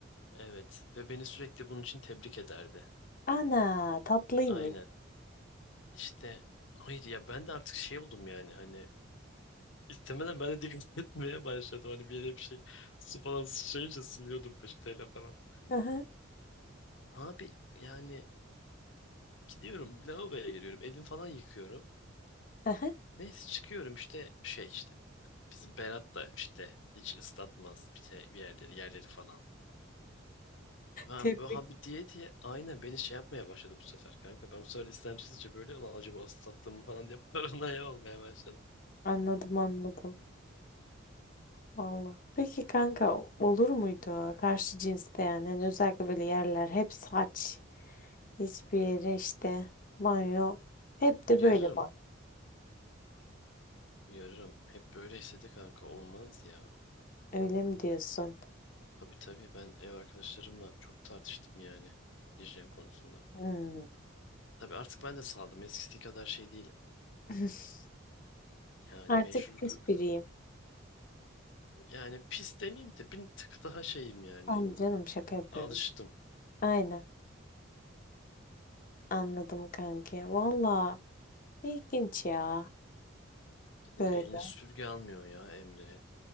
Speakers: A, on the left; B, on the left.
A: Evet ve beni sürekli bunun için tebrik ederdi.
B: ana tatlıymış.
A: Aynen. İşte hayır ya ben de artık şey oldum yani hani istemeden ben de dikkat <laughs> etmeye başladım hani bir yere bir şey su falan sıçrayınca siliyordum peçeteyle falan.
B: Aha,
A: Abi yani gidiyorum lavaboya giriyorum elim falan yıkıyorum.
B: aha.
A: Neyse çıkıyorum işte şey işte bizim Berat da işte hiç ıslatmaz bir, şey- bir yerleri yerleri falan. Ben
B: Tebrik.
A: böyle abi diye diye aynen beni şey yapmaya başladı bu sefer kanka. Ben bu sefer istemsizce böyle lan acaba ıslattım mı falan diye <laughs> paranoya olmaya başladım.
B: Anladım anladım. Valla. Peki kanka olur muydu karşı cinste yani Hani özellikle böyle yerler hep saç. Hiçbir yere işte banyo. Hep
A: Uyarırım
B: de böyle banyo.
A: Uyarırım. Hep böyle istedi kanka. Olmaz ya.
B: Öyle mi diyorsun?
A: Tabii tabii ben ev arkadaşlarımla çok tartıştım yani hijyen konusunda.
B: Hmm.
A: Tabii artık ben de saldım. Eskisi kadar şey değilim.
B: <laughs>
A: Yani
B: Artık
A: mecbur
B: pis
A: kanka.
B: biriyim.
A: Yani pis demeyeyim de bir tık daha şeyim yani.
B: Anladım. Canım şaka yapıyorum.
A: Alıştım.
B: Aynen. Anladım kanki. Valla ilginç ya.
A: Dedim
B: Böyle.
A: elini süpürge almıyor ya Emre.